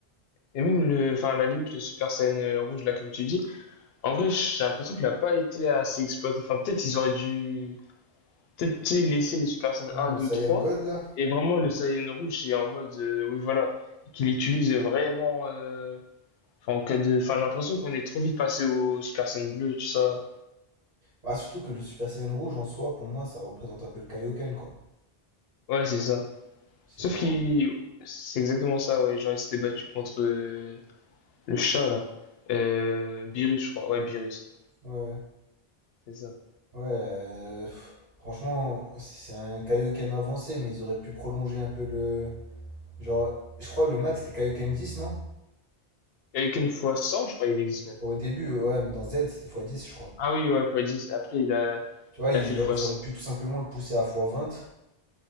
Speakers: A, on the left; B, on the right.
A: Et même le, enfin, à la limite, le Super Saiyan euh, rouge, là, comme tu dis, en vrai, j'ai l'impression qu'il a pas été assez exploité. Enfin, peut-être ils auraient dû, peut-être tu sais, laisser les Super Saiyan
B: Ouais,
A: un,
B: le
A: 2,
B: Saiyan
A: 3
B: God là.
A: et vraiment le Saiyan rouge, c'est en mode, euh, oui, voilà, qu'il utilise vraiment, euh, enfin, en cas de, enfin, j'ai l'impression qu'on est trop vite passé au Super Saiyan bleu, tout ça.
B: Bah, surtout que le Super Saiyan Rouge en soi, pour moi, ça représente un peu le Kaioken, quoi.
A: Ouais, c'est ça.
B: C'est
A: Sauf
B: genre
A: qu'il. C'est exactement ça, ouais. Genre, il s'était battu contre euh, le chat, là. Euh, Beerus, je crois. Ouais, Beerus.
B: Ouais, ouais,
A: C'est ça.
B: Ouais, euh, pff, franchement, c'est un Kaioken avancé, mais ils auraient pu prolonger un peu le. Genre, je crois le max c'était Kaioken dix non?
A: Quelqu'un fois cent je crois, il existe même.
B: Au début, ouais, mais dans Z c'était fois dix je crois.
A: Ah oui, ouais, fois dix Après, il a,
B: Tu vois,
A: il
B: ils,
A: a fait le fois
B: ils
A: cent
B: auraient pu tout simplement le pousser à fois vingt